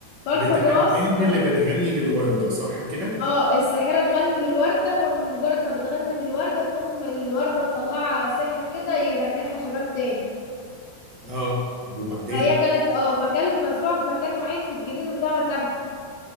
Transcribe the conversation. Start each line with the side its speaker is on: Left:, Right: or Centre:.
Left: فالحراس
Right: بتاع البنت اللي بتغني للورده صح كده
Left: اه الساحرة تغني للوردة فمجرد ما بتغني من الوردة تقوم الوردة مطلعة سحر كده يرجعها شباب تاني
Right: اه وبعدين
Left: فهي كانت اه فكانت مزروعة في مكان معين في الجنينة ده, ده مكانها